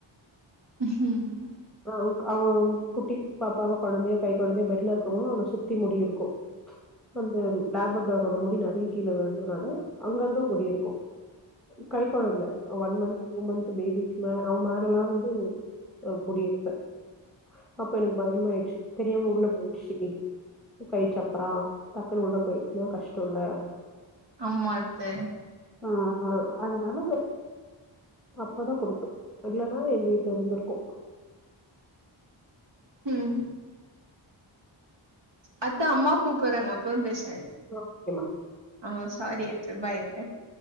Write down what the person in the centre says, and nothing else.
அவன் அவன் குட்டி பாப்பாவா குழந்தையா கை குழந்தையா பெட்ல இருக்கும் போது அவனை சுத்தி முடியிருக்கும் அந்த லேப்ரட்டாரோட முடி நிறைய கீழே விழுறதுனால அங்கங்க முடியிருக்கும் கை குழந்தை ஒன் மந்த் டூ மந்த் பேபிக்கு அவன் மேல எல்லாம் வந்து முடி இருக்கு அப்ப எனக்கு பயமா ஆயிடுச்சு தெரியாம உள்ள போயிடுச்சு கை சப்புறான் டக்குன்னு உள்ளே போயிச்சுன்னா கஷ்டம் இல்ல
ஆ அதனால அப்பதான் கொடுத்தோம் இல்லைன்னா எங்க வீட்டுல இருந்திருக்கும்
ஓகேம்மா.